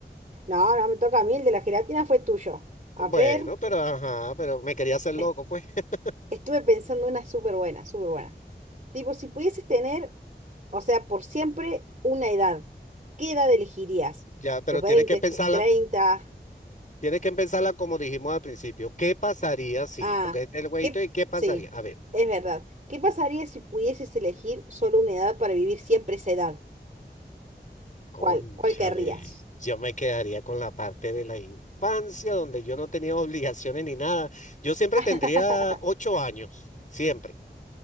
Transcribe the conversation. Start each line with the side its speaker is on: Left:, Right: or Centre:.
Right: No, no me toca a mí, el de la gelatina fue tuyo. A
Left: Bueno,
Right: ver,
Left: pero ajá, pero me quería hacer loco,
Right: est-
Left: pues. <laughs>
Right: estuve pensando una súper buena, súper buena. Tipo, si pudieses tener O sea, por siempre una edad. ¿Qué edad elegirías?
Left: Ya, pero
Right: ¿Tus 20,
Left: tienes que empezarla,
Right: tus treinta.
Left: Tienes que empezarla como dijimos al principio. ¿Qué pasaría si?
Right: Ah,
Left: Porque el güeyito
Right: ¿qué?
Left: de qué pasaría.
Right: Sí,
Left: A ver,
Right: es verdad. ¿Qué pasaría si pudieses elegir solo una edad para vivir siempre esa edad?
Left: cónchale.
Right: ¿Cuál, cuál querrías?
Left: Yo me quedaría con la parte de la infancia donde yo no tenía obligaciones ni nada. Yo siempre
Right: <laughs>
Left: tendría ocho años, siempre.